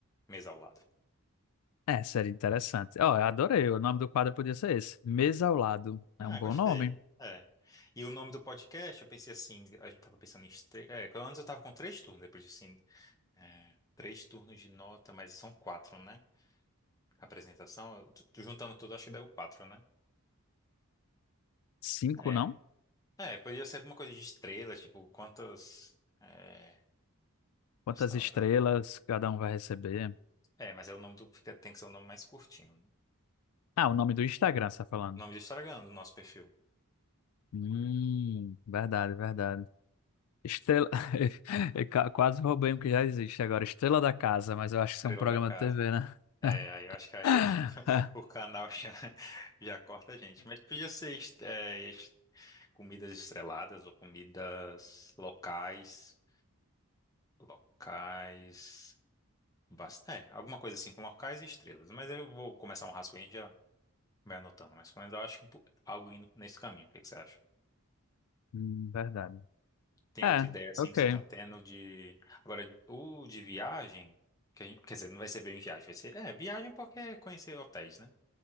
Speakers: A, on the left; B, on the left.
A: mesa ao lado.
B: É, seria interessante. Ó, eu adorei. O nome do quadro podia ser esse. Mesa ao lado.
A: Ah,
B: É um bom
A: gostei.
B: nome.
A: É. E o nome do podcast, eu pensei assim, a gente tava pensando em... estre- É, que antes eu tava com três turnos, depois disse assim, é, três turnos de nota, mas são quatro, né? A apresentação, tu- tu juntando tudo, acho que deu quatro, né?
B: Cinco,
A: É.
B: não?
A: É, podia ser alguma coisa de estrela, tipo, quantas. É,
B: Quantas
A: restaurante.
B: estrelas cada um vai receber?
A: É, mas é o nome do. fica- Tem que ser o nome mais curtinho. Né?
B: Ah, o nome do Instagram, você tá falando.
A: O nome do Instagram do nosso perfil.
B: Hum, verdade, verdade. Estrela. <laughs> Eu ca- quase roubei um que já existe agora. Estrela da Casa, mas eu acho que
A: Estrela
B: isso é um programa
A: da Casa.
B: de TV, né?
A: É, aí eu acho que aí
B: <laughs>
A: eu- <laughs> o canal já, já corta a gente. Mas podia ser est- é, est- comidas estreladas ou comidas locais. Locais. Basta, é, alguma coisa assim, com locais e estrelas. Mas eu vou começar um rascunho e já vai anotando. Mas pelo menos eu acho que um po- algo indo nesse caminho. O que que você acha?
B: Hum, verdade.
A: Tem
B: É,
A: outra ideia assim
B: ok.
A: que você tá tendo de. Agora, o de viagem, que a gente- quer dizer, não vai ser bem viagem, vai ser. É, viagem porque é conhecer hotéis, né?